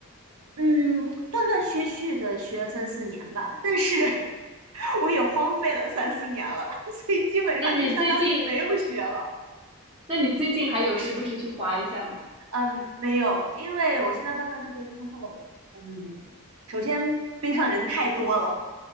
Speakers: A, on the right (about 75°); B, on the right (about 25°).
A: 嗯，断断续续的学了三四年吧，但是 <laughs> 我也荒废了三四年了，<laughs> 所以基本上就相当于没有学了。
B: 那你最近，那你最近还有时不时去滑一下吗？
A: 嗯，没有，因为我现在搬到这边之后，嗯，首先边上人太多了，